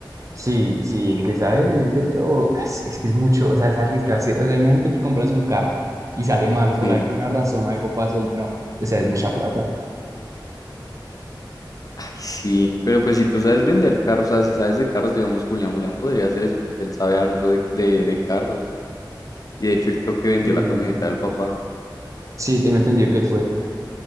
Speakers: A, on the right; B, on the left.
A: Sí, sí, el que sabe le mete, pero es, es que es mucho, o sea, es arriesgarse. O sea, imagínate que compras un carro y sale malo
B: Sí.
A: por alguna razón, algo pasa y no. O sea, es mucha plata.
B: Ay, sí, pero pues si tú sabes vender carros, o sea, si sabes de carros, digamos, Julián, Julián podría hacer eso porque él sabe harto de, de de carros. Y de hecho él creo que vendió
A: Mm.
B: la camioneta del papá.
A: Sí, tengo entendido que él fue.